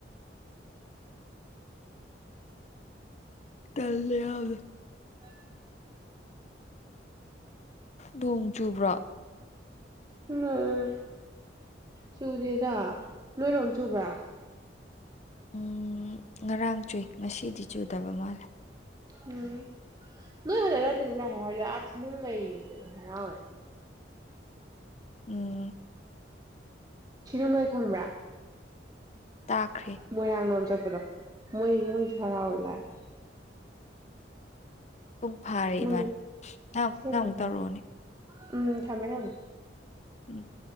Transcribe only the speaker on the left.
ꯇ ꯌꯥꯗ
ꯅꯣꯡ ꯆꯨꯕ꯭ꯔꯥ
ꯎꯝ ꯉꯔꯥꯡ ꯆꯨꯏ ꯉꯁꯤꯗꯤ ꯆꯨꯗꯕ ꯃꯥꯜꯂꯦ
ꯎꯝ
ꯇꯥꯈ꯭ꯔꯦ
ꯄꯨꯡ ꯐꯥꯔꯦ
ꯏꯕꯥꯅꯤ ꯅꯪ ꯑꯃꯨꯛ
ꯅꯪ ꯑꯃꯨꯛ
ꯇꯧꯔꯛ ꯑꯣ ꯅꯦ
ꯎꯝ